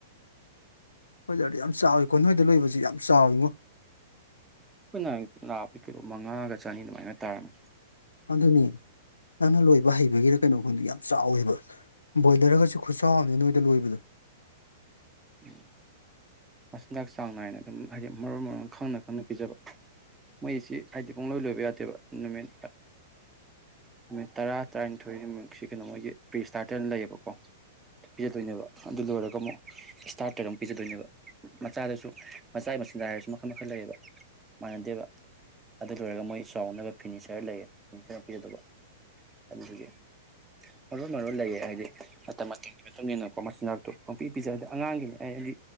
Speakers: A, on the left; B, on the right.
A: ꯗꯔꯗꯤ ꯌꯥꯝ ꯆꯥꯎꯋꯤꯀꯣ ꯅꯣꯏꯗ ꯂꯣꯏꯕꯁꯤ ꯌꯥꯝ ꯆꯥꯎꯋꯤꯉꯣ
B: ꯑꯩꯈꯣꯏꯅ ꯂꯥꯞꯄ ꯀꯤꯂꯣ ꯃꯉꯥꯒ ꯆꯅꯤ ꯑꯗꯨꯃꯥꯏꯅ ꯇꯥꯔꯃꯦ
A: ꯑꯗꯨꯅꯤ ꯅꯪꯅ ꯂꯣꯏꯕ ꯍꯩꯕꯒꯤꯗ ꯀꯩꯅꯣ ꯈꯪꯗ ꯌꯥꯝ ꯆꯥꯎꯋꯦꯕ ꯕꯣꯏꯂꯔꯒꯁꯨ ꯈꯨꯠꯆꯥꯎꯝꯅꯦ ꯅꯣꯏꯗ ꯂꯣꯏꯕꯗꯣ
B: ꯎꯝ ꯃꯆꯤꯟꯖꯥꯛ ꯆꯥꯡ ꯅꯥꯏꯅ ꯑꯗꯨꯝ ꯍꯥꯏꯗꯤ ꯃꯔꯣꯟ ꯃꯔꯣꯡ ꯈꯪꯅ ꯈꯪꯅ ꯄꯤꯖꯕ ꯃꯣꯏꯁꯤ ꯍꯥꯏꯗꯤ ꯄꯨꯡꯂꯣꯏ ꯂꯣꯏꯕ ꯌꯥꯗꯦꯕ ꯅꯨꯃꯤꯠ ꯅꯨꯃꯤꯠ ꯇꯔꯥ ꯇꯔꯥꯅꯤꯊꯣꯏꯛꯁꯤ ꯀꯩꯅꯣ ꯃꯣꯏꯒꯤ ꯄ꯭ꯔꯤ ꯏꯁꯇꯥꯔꯇꯔꯅ ꯂꯩꯌꯦꯕꯀꯣ ꯄꯤꯖꯗꯣꯏꯅꯦꯕ ꯑꯗꯨ ꯂꯣꯏꯔꯒ ꯑꯃꯨꯛ ꯏꯁꯇꯥꯔꯇꯔ ꯑꯃꯨꯛ ꯄꯤꯖꯗꯣꯏꯅꯦꯕ ꯃꯆꯥꯗꯁꯨ ꯃꯆꯥꯒꯤ ꯃꯆꯤꯟꯗ ꯍꯥꯏꯔꯁꯨ ꯃꯈꯜ ꯃꯈꯜ ꯂꯩꯌꯦꯕ ꯃꯥꯟꯅꯗꯦꯕ ꯑꯗꯨ ꯂꯣꯏꯔꯒ ꯃꯣꯏ ꯆꯥꯎꯅꯕ ꯐꯤꯅꯤꯆꯔ ꯂꯩꯌꯦ ꯐꯤꯅꯤꯆꯔ ꯄꯤꯖꯗꯧꯕ ꯑꯗꯨꯗꯒꯤ ꯃꯔꯣꯟ ꯃꯔꯣꯟ ꯂꯩꯌꯦ ꯍꯥꯏꯗꯤ ꯃꯇꯝ ꯃꯇꯝꯒꯤ ꯃꯇꯨꯡ ꯏꯟꯅꯀꯣ ꯃꯆꯤꯟꯅꯥꯛꯇꯣ ꯄꯪꯄꯤ ꯄꯤꯖ ꯍꯥꯏꯗꯤ ꯑꯉꯥꯡꯒꯤꯅꯤ ꯑꯩ ꯍꯥꯏꯗꯤ